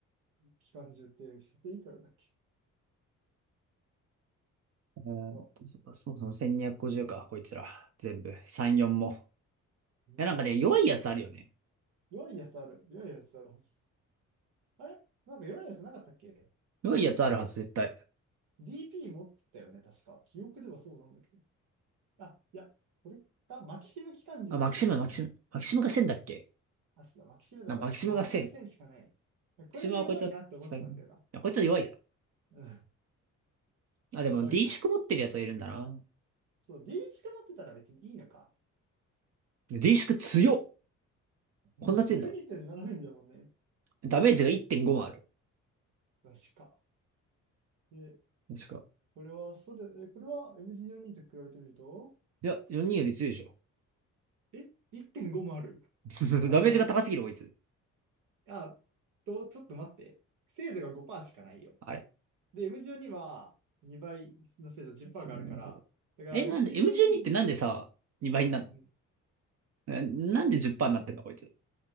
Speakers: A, on the right; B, on the right.
A: 機関銃って射程いくらだっけ
B: えーっと、
A: あ、
B: そうかそうそう、1250か、
A: あれ
B: こいつら。全部。3、4も。
A: うん、
B: いや、なんかね、弱いやつあるよね。
A: 弱いやつある。弱いやつあるはず。あれなんか弱いやつなかったっけ
B: 弱いやつあるはず、絶対。
A: DP 持ってたよね、確か。記憶ではそうなんだけど。あ、いや、これか、マキシム機関銃持ってるやつかな。
B: あ、マキシム、マキシム。マキシムが1000だっけ
A: あ、そうだ、マキシムだ、
B: な、
A: そう、
B: マキシムが1000。
A: マキシムが1000しかない。
B: マ
A: これで弱いなって思ってたんだよな。
B: キシムはこいつは、そういや、こいつは弱いだ。
A: うん、
B: あ、でも、
A: 弱いか。
B: D 縮持ってるやつはいるんだな。
A: そう、D しか持ってたら別にいいのか。
B: D 縮強っ。
A: まあ、
B: こんな強いんだ。
A: 12.7ミリだもんね。
B: ダメージが1.5もある。
A: うん、確か。で、
B: 確か。
A: これは、それ、これは MG42 と比べてみると、
B: いや、4人より強いでしょ。
A: え、1.5もある。
B: <laughs>
A: あ、
B: ダメージが高すぎる、
A: でも、
B: こいつ。
A: あ、と、ちょっと待って。精度が5%しかないよ。
B: あれ
A: で、MG42 は2倍の精度10%
B: すごいんですよ
A: があるから、だから
B: え、
A: MG42
B: なんで、M12 ってなんでさ、
A: にとって、
B: 2倍になるの
A: うん
B: え、なんで10%になってんだ、こいつ。い